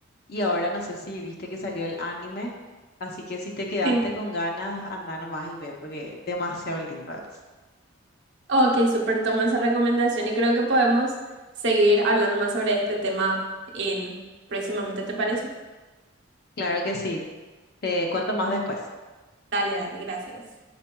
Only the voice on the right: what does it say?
Sí.
Ok, súper, toma esa recomendación y creo que podemos seguir hablando más sobre este tema en próximamente, ¿te parece?
Dale, dale, gracias.